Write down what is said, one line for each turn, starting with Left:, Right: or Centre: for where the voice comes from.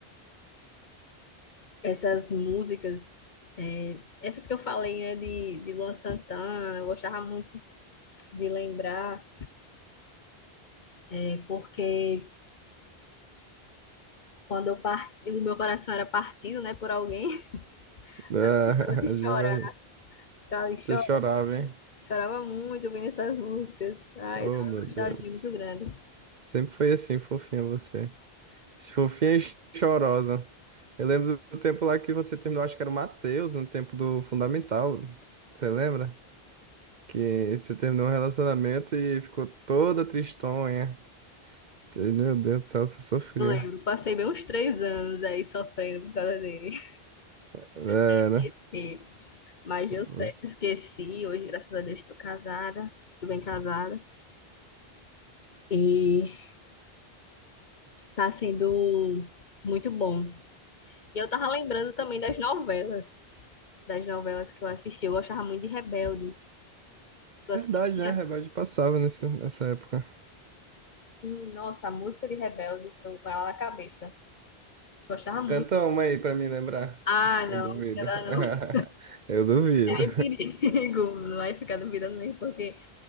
Left: Essas músicas, é, essas que eu falei, né, de, de Luan Santana, eu gostava muito de lembrar, é, porque quando eu parti, o meu coração era partido, né, por alguém,
Right: Ah,
Left: <laughs>
Right: <laughs>
Left: ela que
Right: de
Left: chora,
Right: verdade.
Left: ficava ali
Right: Você
Left: chorando,
Right: chorava, hein?
Left: chorava muito ouvindo essas músicas. Ai,
Right: Oh,
Left: dava
Right: meu
Left: uma
Right: Deus.
Left: nostalgia muito grande.
Right: Sempre foi assim, fofinho você. Fofinha e chorosa. Eu lembro do tempo lá que você terminou, acho que era o Matheus, no tempo do Fundamental. Você lembra? Que você terminou um relacionamento e ficou toda tristonha. Meu Deus do céu, você sofria.
Left: Eu lembro, passei bem uns três anos aí sofrendo por causa dele.
Right: É,
Left: <laughs>
Right: né?
Left: Esqueci, mas
Right: Você-
Left: eu sei, esqueci, hoje, graças a Deus, estou casada, estou bem casada. E Tá sendo muito bom. E eu tava lembrando também das novelas, das novelas que eu assisti. Eu gostava muito de Rebelde. Tu assistia?
Right: Verdade, né? Rebelde passava nesse, nessa época.
Left: Sim, nossa, a música de Rebelde, tô com ela na cabeça. Gostava muito.
Right: Canta uma aí pra me lembrar.
Left: Ah,
Right: Que
Left: não,
Right: eu duvido.
Left: ela não <laughs>
Right: <laughs> Eu duvido.
Left: tem perigo. Não vai ficar duvidando mesmo, porque